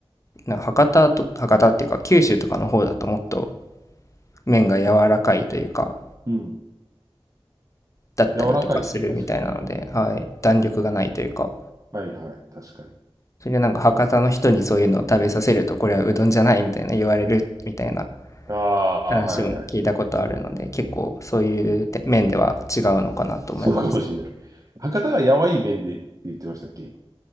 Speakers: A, on the left; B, on the right.
A: なんか博多と、博多っていうか九州とかの方だともっと麺が柔らかいというか、
B: うん。
A: だったりとかするみたいなので、
B: 柔らかいですね、確かに。うん。
A: はい、弾力がないというか、
B: はいはい、確かに。
A: それでなんか博多の人にそういうのを食べさせると、これはうどんじゃないみたいな言われるみたいな
B: ああ、
A: 話も聞いたことあるので、
B: はいはい。
A: 結構そういう面では違うのかなと思います。
B: うん。そうかもしれない。博多がやわい麺でって言ってましたっけ、今。